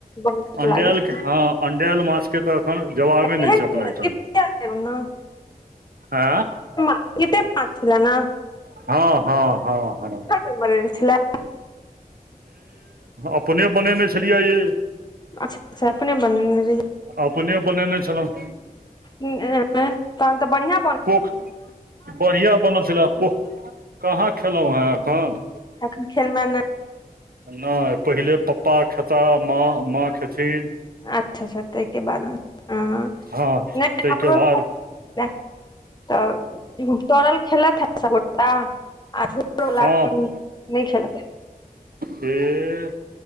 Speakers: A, on the left; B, on the right.
A: बड़ नीक
B: अंडल
A: लागै छै
B: के ह अंड माछ के तऽ एखन जवाबे
A: तऽ केहन
B: नहि छै अपना
A: छलै
B: एहिठाम
A: जीपे
B: मे
A: लेब ने
B: आ
A: इत पच छल ने
B: हँ हँ हँ हँ
A: बे छलै
B: अपने बनेने छलियै ये
A: अच्छा अच्छा अपने बन।
B: अपने बनेने छलहुँ।
A: ह अ तहन तऽ बढ़िया
B: पोख बढ़िआ बनल छलए प कहाँ खेलहुँ हे एखन
A: तन खेलबा।
B: नहि पहिले पप्पा खेता माँ, माँ खेथिन
A: अच्छा अच्छा ताहिके बाद हैं
B: हँ
A: नहि
B: ताहिके
A: नहि
B: बाद
A: तऽ। तरल खेलत है आ नहि
B: हँ
A: खेलत है
B: हे